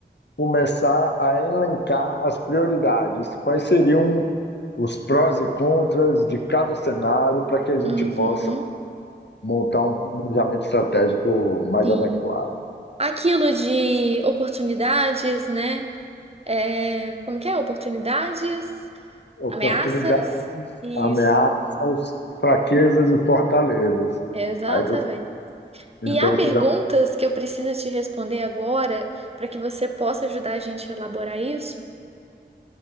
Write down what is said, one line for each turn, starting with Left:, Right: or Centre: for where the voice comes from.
Left: começar a elencar as prioridades. Quais seriam os prós e contras de cada cenário para que a gente
Right: Uhum,
Left: possa montar um planejamento estratégico mais
Right: sim.
Left: adequado?
Right: Aquilo de oportunidades, né? É, como que é? Oportunidades,
Left: Oportunidades,
Right: ameaças. Isso,
Left: ameaças, fraquezas e fortalezas.
Right: exatamente.
Left: Aí você, então
Right: E há
Left: você
Right: perguntas
Left: já
Right: que eu preciso te responder agora para que você possa ajudar a gente a elaborar isso?